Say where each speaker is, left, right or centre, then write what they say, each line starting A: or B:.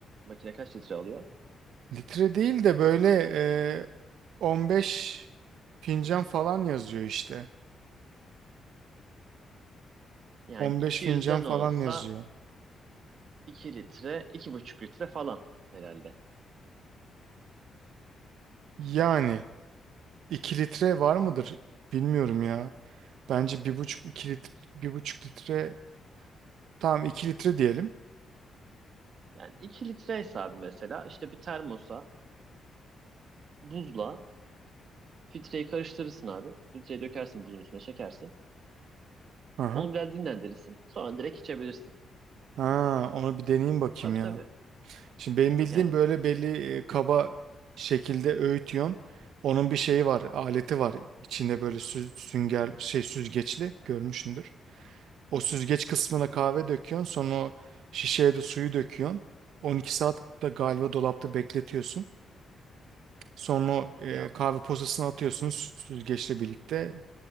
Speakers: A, on the right; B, on the right.
A: Makine kaç litre alıyor?
B: Litre değil de böyle e, 15 fincan falan yazıyor işte.
A: Yani
B: 15
A: 200'den
B: fincan falan
A: olsa
B: yazıyor.
A: 2 litre, iki buçuk litre falan herhalde.
B: Yani 2 litre var mıdır? Bilmiyorum ya. Bence bir buçuk 2 litre bir buçuk litre tamam 2 litre diyelim.
A: Yani iki litre hesabı mesela işte bir termosa buzla Filtreyi karıştırırsın abi. Filtreye dökersin buzun üstüne çekersin.
B: Aha.
A: Onu biraz dinlendirirsin. Sonra direkt içebilirsin.
B: Ha, onu bir deneyeyim bakayım
A: Tabii
B: ya.
A: tabii.
B: Şimdi benim bildiğim
A: Yani
B: böyle belli e, kaba şekilde öğütüyorsun. Onun bir şeyi var, aleti var. İçinde böyle sü- sünger şey süzgeçli görmüşsündür. O
A: hı hı.
B: süzgeç kısmına kahve döküyorsun, sonra o şişeye de suyu döküyorsun. on iki saat de galiba dolapta bekletiyorsun. Sonra o, e,
A: ya
B: kahve posasını atıyorsun sü- süzgeçle birlikte.